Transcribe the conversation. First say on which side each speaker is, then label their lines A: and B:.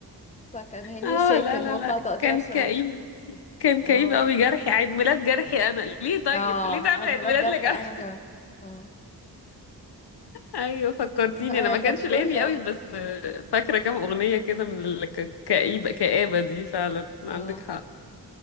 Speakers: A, on the left; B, on the left.
A: فكان هاني
B: اه
A: شاكر
B: لا لا
A: هو
B: لا
A: بتاع تقطيع
B: كان
A: الشرايين
B: كئيب كان كئيب
A: اه
B: قوي جرحي عيد ميلاد جرحي انا ليه طيب
A: اه
B: ليه تعمل
A: عيد
B: عيد
A: ميلاد
B: ميلاد
A: جرحي
B: لجرحي
A: انا فا اه
B: ايوه فكرتيني
A: لا
B: انا
A: هي
B: ما
A: كان
B: كانش
A: كله
B: ليا فيه قوي بس آه، فاكره كام اغنيه كده من الكئيبه كآبه دي فعلا عندك
A: اه
B: حق